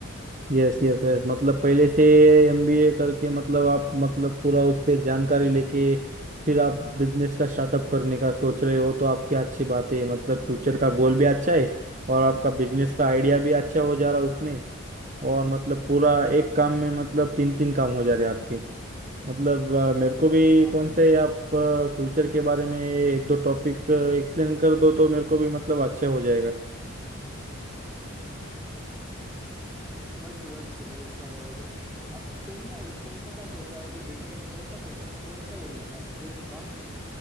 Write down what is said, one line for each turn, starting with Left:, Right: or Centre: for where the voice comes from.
Right: यस यस यस मतलब पहले से एमबीए करके मतलब आप मतलब पूरा उसके जानकारी लेके फिर आप बिजनेस का स्टार्टअप करने का सोच रहे हो तो आपकी अच्छी बात है मतलब फ्यूचर का गोल भी अच्छा है और आपका बिजनेस का आइडिया भी अच्छा हो जा रहा है उसमें और मतलब पूरा एक काम में मतलब तीन तीन काम हो जा रहे हैं आपके मतलब अ, मेरे को भी
Centre: हाँ
Right: कौन
Centre: भाई
Right: से आप फ्यूचर के बारे में एक दो टॉपिक एक्सप्लेन कर दो तो मेरे को भी मतलब अच्छा हो जाएगा
Centre: अभी तो भाई ट्वेल्थ के वेट कर रहा हूँ रिजल्ट अब तुम क्या तुमने क्या सोचा है कि बीटेक में कौन सा कोर्स कौन सा ये लेना है स्ट्रीम ब्रांच